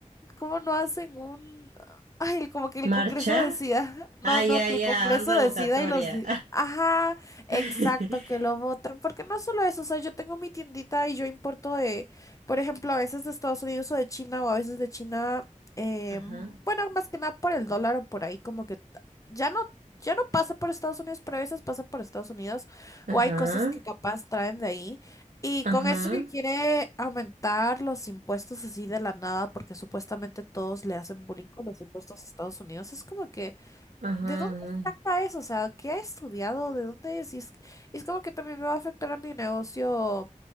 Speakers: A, on the left; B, on the right.
A: ¿Cómo no hacen un... Ay, como que el
B: ¿Marcha?
A: Congreso decida. <laughs> No,
B: Ah,
A: no,
B: ya,
A: que
B: ya,
A: el Congreso
B: un revocatoria.
A: decida y los... di- Ajá, exacto,
B: <laughs>
A: que lo voten. Porque no solo eso, o sea, yo tengo mi tiendita y yo importo de, por ejemplo, a veces de Estados Unidos o de China o a veces de China, eh,
B: Ajá,
A: bueno, más que nada por el dólar o por ahí, como que t- ya no, ya no pasa por Estados Unidos, pero a veces pasa por Estados Unidos
B: ajá,
A: o hay cosas que capaz traen de ahí. Y
B: ajá,
A: con eso que quiere aumentar los impuestos así de la nada, porque supuestamente todos le hacen bullying con los impuestos a Estados Unidos, es como que,
B: ajá,
A: ¿de dónde
B: ajá.
A: saca eso? O sea, ¿qué ha estudiado? ¿De dónde es? Y es, y es como que también me va a afectar a mi negocio,